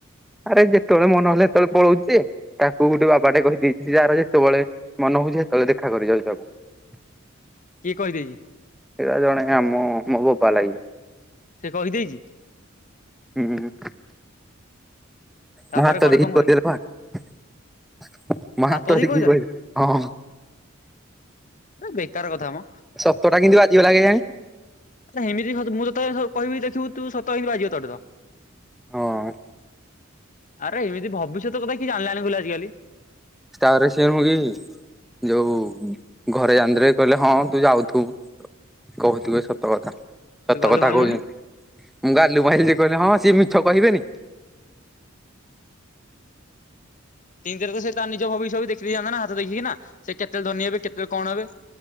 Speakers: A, in the centre; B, on the left.
A: ଆରେ ଯେତେବେଳେ ମନ ହେଲେ ସେତେବେଳେ ପଳଉଛି। ତାକୁ ଗୋଟେ ବାବାଟେ କହିଦେଇଛି ଯାର ଯେତେବେଳେ ମନ ହଉଛି ସେତେବେଳେ ଦେଖା କରି ଯାଉଛି ତାକୁ। <inaudible>
B: କିଏ କହିଦେଇଛି?
A: ସେଇଟା ଜଣେ ଆମ-ଅ-ଅ ମୋ ବୋପା ଲାଗିବ।
B: ସିଏ କହିଦେଇଛି?
A: ହୁଁ।
B: ତାପରେ
A: ମୋ ହାତ
B: ଘରେ
A: ଦେଖି
B: କଣ କହିଲେ
A: କହିଦେଲେ ପା ମୋ
B: ସାତ
A: ହାତ
B: ଦେଇ
A: ଦେଖି
B: କହିଦେଲା
A: କହିଦେ ହଁ।
B: ଏ ବେକାର କଥା ମ।
A: ସତଟା କିନ୍ତି ବାଜିଗଲା କେଜାଣି।
B: ହେ ହେମିତି ସତ ମୁଁ ତତେ ଏଥର କହିବି ଦେଖୁବୁ ତୁ ସତ ଏନ୍ତି ବାଜିବ <unintelligible>
A: ହଁ।
B: ଆରେ ଏମିତି ଭବିଷ୍ୟତ କଥା କିଏ ଜାଣିଲାଣି କହିଲୁ ଆଜ କାଲି।
A: ତାପରେ ସିଏ ନୁହ କି ଯୋଉ ଘରେ ଜାଣିଦେଲେ କହିଲେ ହଁ ତୁ ଯାଉଥୁବୁ। କହୁଥିବେ ସ ତ ଥା
B: ତୁ
A: ସତ
B: ଗାଲୁ
A: କଥା
B: ମାରିଲୁନି
A: କହୁଚି ମୁଁ ଗାଲୁ ମାଇଲି ଯେ କହିଲେ ହଁ ସିଏ ମିଛ କହିବେନି।
B: ଇନ୍ତିରେ ତ ସେ ତା ନିଜ ଭବିଷ୍ୟ ବି ଦେଖି ଦିଅନ୍ତାନା ହାତ ଦେଖିକିନା ସେ କେତେବେଳେ ଧନୀ ହେବେ କେତେବେଳେ କଣ ହେବେ।